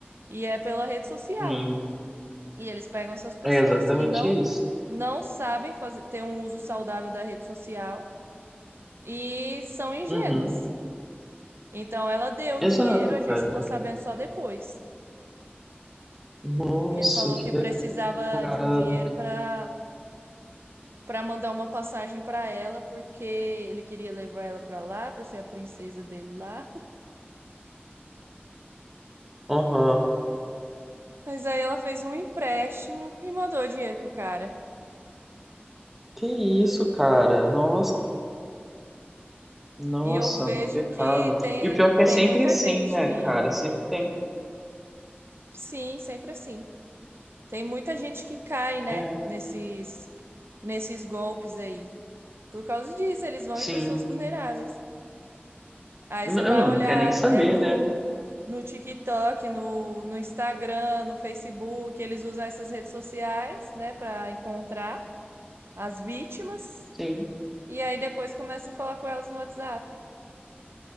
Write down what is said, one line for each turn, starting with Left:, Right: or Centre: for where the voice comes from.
Right: E é pela rede social.
Centre: Sim.
Right: E eles pegam essas pessoas
Centre: É exatamente
Right: que não
Centre: isso.
Right: não sabem fazer, ter um uso saudável da rede social e são ingênuas.
Centre: Uhum.
Right: Então ela deu
Centre: Exato,
Right: o dinheiro, a gente
Centre: cara.
Right: ficou sabendo só depois.
Centre: Nossa,
Right: Que ele falou
Centre: que
Right: que precisava
Centre: pecado.
Right: de um dinheiro para para mandar uma passagem para ela, porque ele queria levar ela para lá, para ser a princesa dele lá.
Centre: Aham.
Right: Mas aí ela fez um empréstimo e mandou o dinheiro pro cara.
Centre: Que isso, cara? Nossa, nossa,
Right: E eu vejo
Centre: que pecado.
Right: que tem
Centre: E o pior é que é
Right: tem
Centre: sempre
Right: muita
Centre: assim,
Right: gente
Centre: né,
Right: que
Centre: cara? Sempre tem.
Right: sim, sempre assim. Tem muita gente que cai, né,
Centre: É,
Right: nesses nesses golpes aí. Por causa disso, eles vão
Centre: sim.
Right: em pessoas vulneráveis. Aí
Centre: Não,
Right: você vai olhar
Centre: não quer nem saber,
Right: é, no,
Centre: né?
Right: no TikTok, no, no Instagram, no Facebook, eles usam essas redes sociais, né, para encontrar as vítimas.
Centre: Sim.
Right: E aí depois começam a falar com elas no WhatsApp.